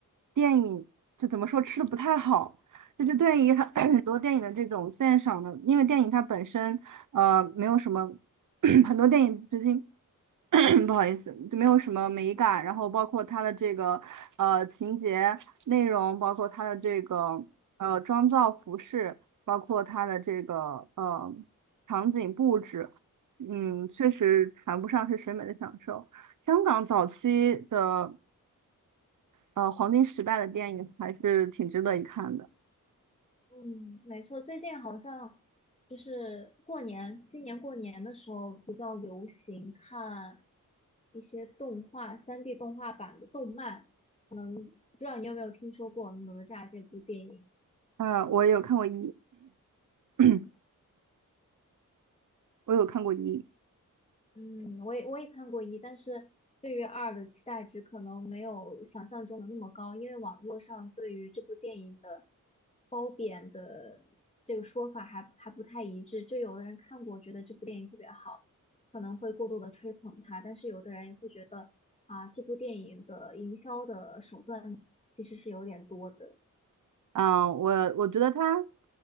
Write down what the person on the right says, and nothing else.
电影就怎么说吃的不太好，就是对于很 <coughs> <clears throat> 很多电影的这种鉴赏的，因为电影它本身，呃，没有什么 <clears throat> 很多电影最近 <coughs> <clears throat> 不好意思，就没有什么美感，然后包括它的这个呃情节内容，包括它的这个呃妆造服饰，包括它的这个呃。场景布置，嗯，确实谈不上是审美的享受。香港早期的呃黄金时代的电影还是挺值得一看的。
呃，我有看过一，<clears throat> 我有看过一。
嗯，我我觉得他，